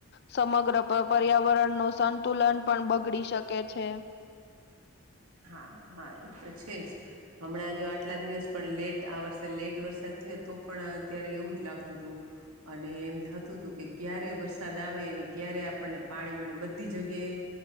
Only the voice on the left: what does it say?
સમગ્ર પર્યાવરણ નું સંત સંતુલન પણ બગડી શકે છે.